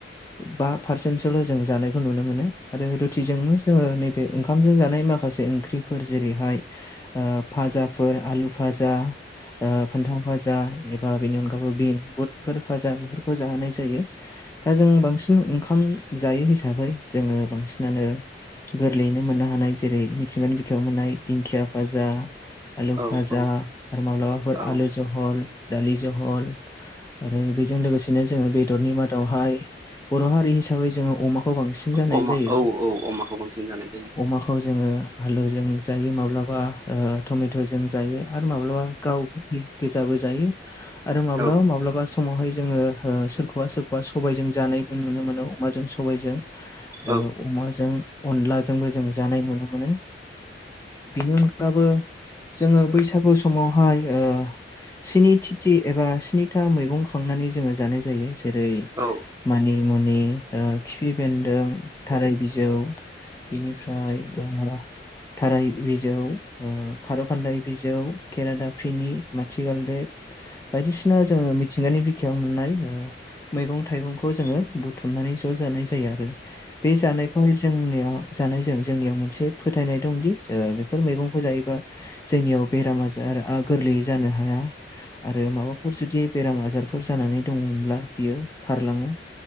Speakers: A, on the left (about 15°); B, on the right (about 15°).
A: बा पारसेन्टसोल' जों जानायखौ नुनो मोनो। आरो रुटिजोंनो जोङो नैबे ओंखामजों जानाय माखा माखासे ओंख्रिफोर जेरैहाय ओ फाजाफोर आलु भाजा ओ फान्थाव भाजा एबा बेनि अनगाैबो बिन बुटफोर भाजा बेफोरखौ जाहोनाय जायो दा जों बांसिन ओंखाम जायो हिसाबै जोङो बांसिनानो गोरलैयैनो मोननो हानाय जेरै मिथिंगानि बिखायाव मोननाय दिंखिया साजा आलु
B: औ
A: भाजा
B: औ
A: आरो माब्लाबाफोर
B: औ
A: आलु जहल दालि जहल आरो बेजों लोगोसेनो जोङो बेदरनि मादावहाय बर' हारि हिसाबै जोङो अमाखौ बांसिन जानाय
B: अमा
A: जायो।
B: औ औ अमाखौ बांसिन जानाय जायो
A: अमाखौ जोङो आलु जों जायो माब्लाबा ओ टमेट जों जायो माब्लाबा गाव गोजाबो जायो आरो माब्लाबा
B: औ
A: माब्लाबा समावहाय जोङो ओ सोरखौबा सोरखौबा सबायजों जानायबो नुनो मोनो अमाजों सबजों ओ
B: औ
A: अमाजों अन अलाजोंबो जों जानाय नुनो मोनो बेनि अनगाबो जोङो बैसागु समावहाय ओ स्नि तिथि एबा स्नि था मैगं खांनानै जोङो जानाय जायो जेरै
B: औ
A: मानि मुनि ओ खिपि बेन्दों थाराय बि जौ बिनिफ्राय ओ थाराय बिजौ ओ खारखान्दाय बिजौ खेरादाफिनि थि गालदेब बायदिसिना जोङो मिथिंगानि बि खायाव मोननाय ओ मैगं थाइगंखौ जोङो बुथुमनानै ज' जानाय जायो आरो। बे जानायखौहाय जोंनिया जानाय जों। जोंनियाव मोनसे फोथायनाय दंदि ओ बेफोर मैगंखौ जायोबा जोंनियाव बेराम-आजार‌आ गोरलैयै जानो हाया आरो माबाफोर जुदि बेराम आज जारफोर जानानै दङमोनब्ला बियो खारलाङो।